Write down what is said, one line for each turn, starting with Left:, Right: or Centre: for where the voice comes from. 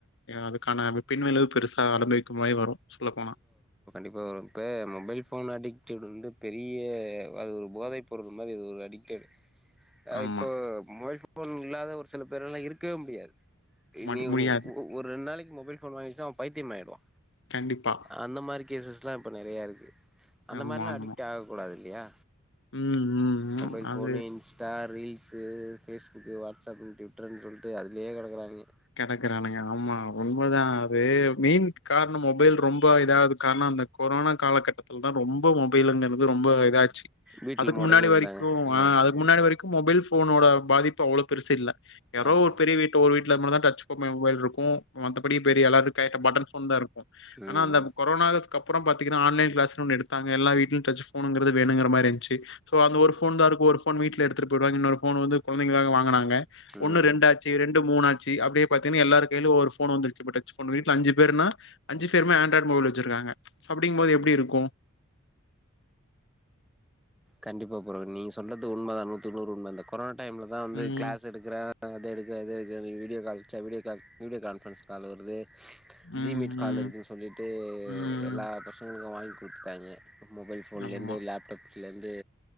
Left: அதுக்கான பின்விளைவு பெருசா ஆரம்பி அது மாரி வரு சொல்ல போனா
Centre: இப்போ இப்ப மொபைல் போன் அடிக்டடு வந்து பெரிய அது ஒரு போதை பொருள் மாரி அது ஒரு அடிக்டடு ஆ
Left: ஆமா.
Centre: இப்போ மொபைல் போன் இல்லாத ஒரு சில பேர்லா இருக்கவே முடியாது இனி
Left: மடி முடியாது.
Centre: ஒ ஒரு ரெண்டு நாளைக்கு மொபைல் போன் வாங்கிட்டா அவெ பைத்தியம் ஆய்டுவா
Left: கண்டிப்பா.
Centre: அந்த மாரி கேசஸ்ல்லா இப்ப நெறையா இருக்கு அந்த
Left: ஆமாமா.
Centre: மாரிலா அடிக்ட் ஆக கூடாது இல்லையா
Left: ம், ம், ம்.
Centre: மொபைல்
Left: அது
Centre: phone Insta reels Facebook WhatsApp டிவிட்டர்ன்னு சொல்லிட்டு அதுலயே கடக்றானுங்க
Left: கெடக்குறானுங்க ஆமா உண்ம தா அது மெயின் கா ரணம் மொபைல் ரொம்ப இதாவது காரண அந்த கொரோனா காலகட்டத்தில் தா ரொம்போ மொபைல்ங்கிறது ரொம்ப இதாச்
Centre: வீட்ல
Left: அதுக்கு
Centre: மொடங்கி
Left: முன்னாடி
Centre: இருந்தாங்க
Left: வரைக்கு ஆ அதுக்கு
Centre: ம்
Left: முன்னாடி வரைக்கு மொபைல் ஃபோனோட பாதிப்பு அவ்ளோ பெருசு இல்ல யாரோ
Centre: ஆமா
Left: ஒரு பெரிய வீட் ஒரு வீட் இந்த மாரி தா டச் <unintelligible> மொபைல் இருக்கு ஏ மத்தபடி பெரிய எல்லாட்டு கைட் பட்டன் ஃபோன் தா இருக்கு
Centre: ம்
Left: ஆனா அந்த
Centre: ம்
Left: கொரானா குத் அக்கப்புற பாத்தீங்கனா ஆன்லைன் கிளாஸ்னு ஒன்னு எடுத்தாங்க எல்லாவீட்டிலு டச்சு ஃபோனுங்கிறது வேணுங்கு மாரி ஆயிச்சு சோ அந்த ஒரு ஃபோன் தா இருக்கு ஒரு போன் வீட்டுல எடுத்துப் போய்ருவாங்க இன்னொரு ஃபோன் வந்து கொழந்தைக்களுக்காக வாங்கனாங்க
Centre: ம்
Left: ஒன்னு ரெண்டாச்சு
Centre: ம்.
Left: ரெண்டு மூணா ச்சி அப்டே பாத்தீங்கனா எல்லார் கையிலு ஒவ்வொரு ஃபோன் வந்துருச்சி இப்ப டச்சு ஃபோன் வீட்ல அஞ்சு பேருனா அஞ்சு பேருமே ஆன்ராய்டு மொபைல் வச்சிருக்காங்க அப்டிங் போது எப்புடி இருக்கு
Centre: கண்டிப்பா ப்ரோ நீங்க சொன்னது உண்ம தா நூத்துக்குநூறு உண்ம அந்த கொரான டைம்ல தா வந்து
Left: ம்
Centre: கிளாஸ் எடுக்கறே அத எடுக்காத நீ வீடியோ கால்ச்சா வீடியோ கால் வீடியோ கான்ஃபரன்ஸ் கால்ல வருது
Left: ம்
Centre: ஜி மீட் கால்
Left: ம்
Centre: இருக்குன்னு சொல்லிட்டு
Left: ம்
Centre: எல்லா பசங்களுக்கு வாங்கி குடுத்தாங்க மொபைல் போன்ல
Left: ஆமா
Centre: இருந்து லேப்டாப் கிலர்ந்து